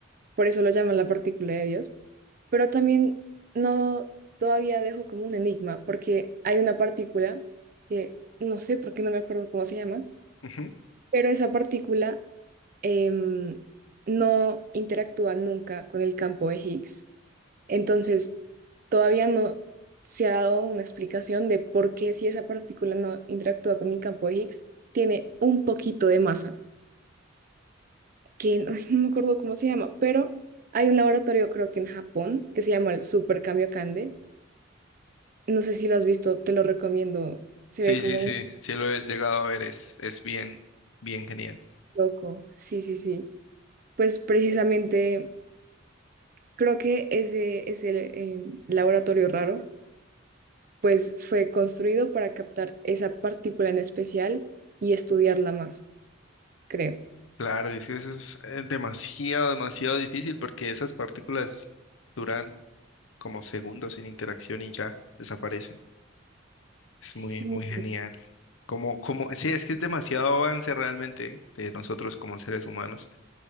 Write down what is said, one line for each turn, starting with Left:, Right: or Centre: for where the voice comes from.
Right: Por eso lo llaman la partícula de Dios. Pero también no todavía dejo como un enigma, porque hay una partícula que no sé por qué no me acuerdo cómo se llama,
Left: Ujú.
Right: pero esa partícula em, no interactúa nunca con el campo de Higgs. Entonces, todavía no se ha dado una explicación de por qué si esa partícula no interactúa con el campo de Higgs, tiene un poquito de masa. que no <laughs> no me acuerdo cómo se llama, pero hay un laboratorio creo que en Japón que se llama el Super Kamiokande. No sé si lo has visto, te lo recomiendo. Se
Left: Sí,
Right: ve como
Left: sí, sí,
Right: un
Left: sí lo he llegado a ver, es, es bien, bien genial.
Right: loco. Sí, sí, sí. Pues precisamente creo que ese es el eh, laboratorio raro, pues fue construido para captar esa partícula en especial y estudiarla más, creo.
Left: Claro, es que eso es eh, demasiado, demasiado difícil porque esas partículas duran como segundos sin interacción y ya desaparecen. Es
Right: Sí,
Left: muy, muy genial. Como, como, sí, es que es demasiado avance realmente de nosotros como seres humanos